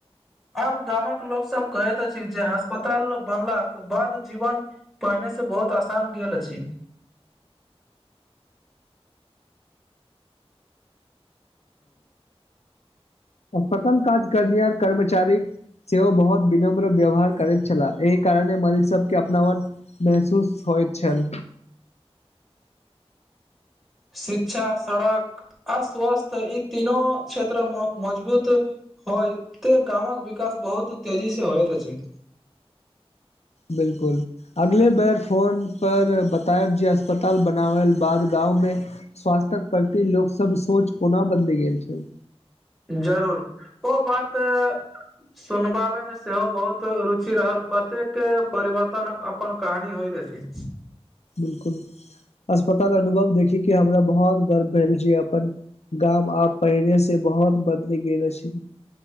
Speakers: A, in the centre; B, on the left (about 85°).
A: आब गामक लोक सब कहैत अछि जे अस्पताल बनलाक बाद जीवन पहिने से बहुत आसान गेल अछि
B: पतन काज करय कर्मचारी सेहो बहुत विनम्र व्यवहार करैत छलै एहि कारणे मरीज सबके अपनापन महसूस हो छेन
A: शिक्षा सड़क आ स्वस्थ ई तीनो क्षेत्रमें मजबूत होइ तऽ गामक विकास बहुत तेजी से होइत छी
B: बिलकुल अगले बेर फोन पर बतायब जे अस्पताल बनावल बाद गाँंव में स्वास्थक प्रति लोक सब सोच कोना बन्द गेल छल
A: जरूर ओ बात सुनबाबे में सेहो बहुत रुचि रहल प्रत्येक परिवर्तन अपन कहानी होइ तऽ अछि
B: बिलकुल अस्पताल अनुभव देखि के हमरा बहुत गर्व भेल जे अपन गाम आब पहिनेे से बहुत बदलि गेल अछि